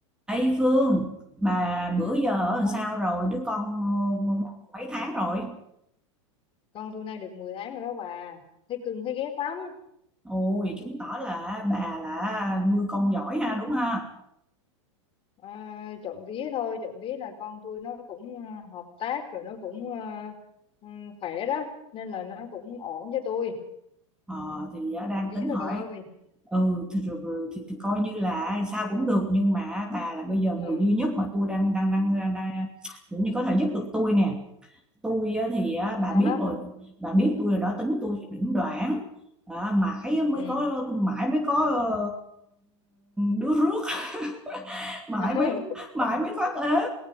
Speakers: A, in the centre; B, on the left.
A: Ê Phương, bà bữa giờ làm
B: Ôi,
A: sao rồi? Đứa con ờ, mấy tháng rồi?
B: con tôi nay được 10 tháng rồi đó bà thấy cưng thấy ghét lắm
A: Ồ, vậy chứng tỏ là bà là nuôi con giỏi ha, đúng ha?
B: à, trộm vía thôi trộm vía là con tôi nó cũng ờ, hợp tác rồi nó cũng ờ, ừ, khỏe đó nên là nó cũng ổn cho tôi
A: Ờ, thì ờ, đang
B: trộm vía
A: tính
B: thôi
A: hỏi,
B: bà ơi
A: ừ thì, rồi- rồi- thì, thì coi như là sao cũng được nhưng mà bà là bây giờ người
B: ừ
A: duy nhất mà tôi đang đang đang, đang, đang kiểu như có thể giúp được tôi nè. Tôi ờ, thì ờ, bà
B: sao
A: biết
B: đó
A: rồi, bà biết tôi rồi đó tính tôi thì đỉnh đoạn. Đó, mãi mới
B: ừ
A: có mãi mới có ờ, đứa rước <laughs> mãi
B: <laughs>
A: mới mãi mới thoát ế